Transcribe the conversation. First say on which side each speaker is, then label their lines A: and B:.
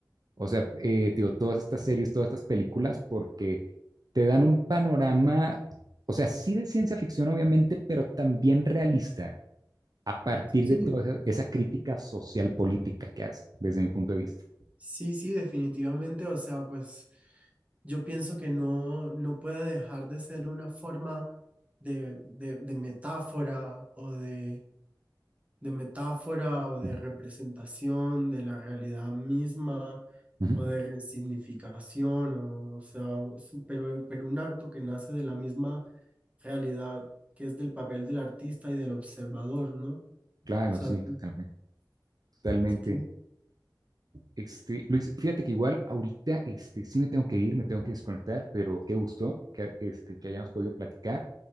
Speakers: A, on the right (about 55°); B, on the right (about 15°).
A: o sea, eh, digo, todas estas series, todas estas películas, porque te dan un panorama, o sea, sí de ciencia ficción obviamente, pero también realista a partir
B: Sí,
A: de toda esa, esa crítica social política que hace, desde mi punto de vista.
B: sí, sí, definitivamente, o sea, pues yo pienso que no, no puede dejar de ser una forma de, de de metáfora o de de metáfora o de
A: Ujú,
B: representación de la realidad misma
A: ujú.
B: o de resignificación, o, o sea, su- pero, pero un acto que nace de la misma realidad que es del papel del artista y del observador, ¿no? O
A: Claro,
B: sea,
A: sí,
B: t-
A: totalmente,
B: o
A: totalmente.
B: sea, tiene-
A: Este, Luis, fíjate que igual ahorita este, sí me tengo que ir, me tengo que desconectar, pero qué gusto que, este, que hayamos podido platicar.